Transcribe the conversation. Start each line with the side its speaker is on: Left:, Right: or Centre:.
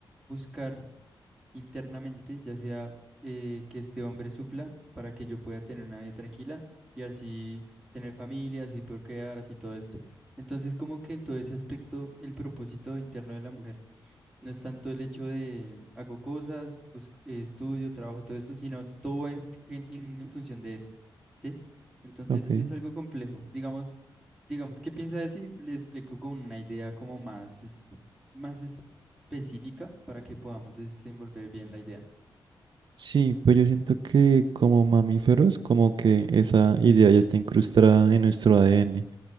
Centre: buscar internamente, ya sea eh, que este hombre supla para que yo pueda tener una vida tranquila y así tener familia, así poder crear, así todo esto. Entonces, como que en todo ese aspecto, el propósito interno de la mujer. No es tanto el hecho de hago cosas, busco- eh, estudio, trabajo, todo esto, sino todo en, gen- en, en función de eso, ¿sí? Entonces
Right: Ok.
Centre: es algo complejo. Digamos, digamos, ¿qué piensa de eso? Y le explico con una idea como más, es- más específica para que podamos desenvolver bien la idea.
Right: Sí, pues yo siento que como mamíferos, como que esa idea ya está incrustada en nuestro ADN.